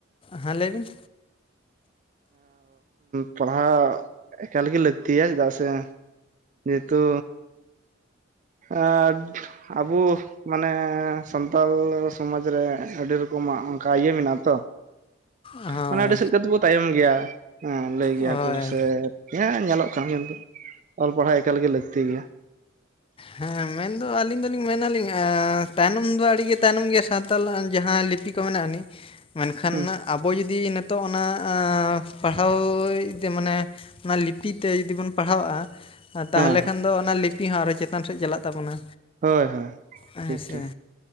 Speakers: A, on the left; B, on the right.
A: ᱦᱮᱸ ᱞᱟᱹᱭ ᱵᱤᱱ?
B: ᱯᱟᱲᱦᱟᱣ ᱮᱠᱟᱞᱜᱮ ᱞᱟᱹᱠᱛᱤᱭᱟ, ᱪᱤᱫᱟᱜ ᱥᱮ ᱡᱮᱦᱮᱛᱩ ᱟᱨ ᱟᱵᱩ ᱢᱟᱱᱮ ᱥᱟᱱᱛᱟᱞ ᱥᱚᱢᱟᱡᱽ ᱨᱮ, ᱟᱹᱰᱤ ᱨᱚᱠᱚᱢᱟᱜ ᱚᱱᱠᱟ ᱤᱭᱟᱹ ᱢᱮᱱᱟᱜ ᱛᱚ?
A: ᱦᱳᱭ
B: ᱢᱟᱱᱮ ᱟᱹᱰᱤ ᱥᱮᱫ ᱠᱟᱛᱮᱵᱚ ᱛᱟᱭᱚᱢ ᱜᱮᱭᱟ᱾ ᱦᱮᱸ ᱞᱟᱹᱭ ᱜᱮᱭᱟ
A: ᱦᱳᱭ
B: ᱠᱚ ᱥᱮ? ᱦᱮᱸ ᱧᱮᱞᱚᱜ ᱠᱟᱱᱟ ᱧᱮᱞ ᱫᱚ᱾ ᱚᱞ ᱯᱟᱲᱦᱟᱣ ᱮᱠᱟᱞ ᱜᱮ ᱞᱟᱹᱠᱛᱤ ᱜᱮᱭᱟ᱾
A: ᱦᱮᱸ ᱢᱮᱱ ᱫᱚ ᱟᱹᱞᱤᱧ ᱫᱚᱞᱤᱧ ᱢᱮᱱᱟᱞᱤᱧ ᱟᱸᱻ ᱛᱟᱭᱱᱚᱢ ᱫᱚ ᱟᱹᱲᱤᱜᱮ ᱛᱟᱭᱱᱚᱢ ᱜᱮᱭᱟ ᱥᱟᱣᱛᱟᱞᱟᱜ ᱡᱟᱦᱟᱸ ᱞᱤᱯᱤ ᱠᱚ ᱢᱮᱱᱟᱜ ᱟᱹᱱᱤᱡ ᱾ ᱢᱮᱱᱠᱷᱟᱱ
B: ᱦᱩᱸ
A: ᱟᱵᱚ ᱡᱩᱫᱤ ᱱᱤᱛᱚᱜ ᱚᱱᱟ, ᱯᱟᱲᱦᱟᱣ ᱢᱟᱱᱮ ᱚᱱᱟ ᱞᱤᱯᱤ ᱛᱮ ᱡᱩᱫᱤ ᱵᱚᱱ ᱯᱟᱲᱦᱟᱣᱼᱟ ᱛᱟᱦᱚᱞᱮ
B: ᱦᱮᱸ
A: ᱠᱷᱟᱱ ᱫᱚ ᱚᱱᱟ ᱞᱤᱯᱤ ᱦᱚᱸ ᱟᱨᱦᱚ ᱪᱮᱛᱟᱱ ᱥᱮᱫ ᱪᱟᱞᱟᱜ ᱛᱟᱵᱚᱱᱟ᱾
B: ᱦᱳᱭ ᱦᱳᱭ
A: ᱦᱮᱸ
B: ᱴᱷᱤᱠ
A: ᱥᱮ
B: ᱴᱷᱤᱠ,